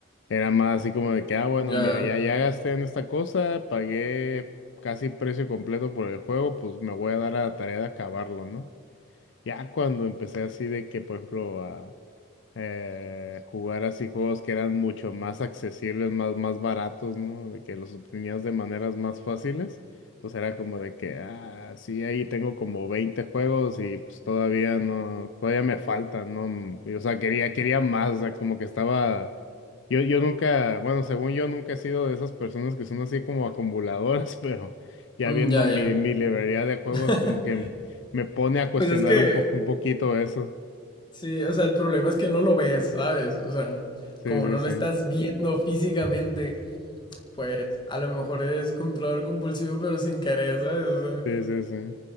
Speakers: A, on the left; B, on the left.
A: era más así como de que, ah, bueno,
B: Ya,
A: mira, ya, ya gasté en esta cosa, pagué casi precio completo por el juego, pues me voy a dar a la tarea de acabarlo, ¿no? Ya cuando empecé así de que, por ejemplo, a eh, jugar así juegos que eran mucho más accesibles, más, más baratos, ¿no? De que los obtenías de maneras más fáciles, pues era como de que, ah, sí, ahí tengo como 20 juegos y pues todavía no, todavía me faltan, ¿no? Mm, Y, o sea, quería, quería más, o sea, como que estaba, yo, yo nunca, bueno, según yo nunca he sido de esas personas que son así como acumuladoras, <laughs> pero ya
B: mm,
A: viendo
B: ya,
A: mi,
B: ya.
A: mi librería de juegos,
B: <laughs>
A: como que me pone a cuestionar
B: Pues es que,
A: un poco, un poquito eso.
B: sí, o sea, el problema es que no lo ves, ¿sabes? O sea,
A: Sí,
B: como
A: sí,
B: no
A: sí.
B: lo estás viendo físicamente, pues a lo mejor eres comprador compulsivo, pero sin querer, ¿sabes? O sea,
A: Sí, sí, sí.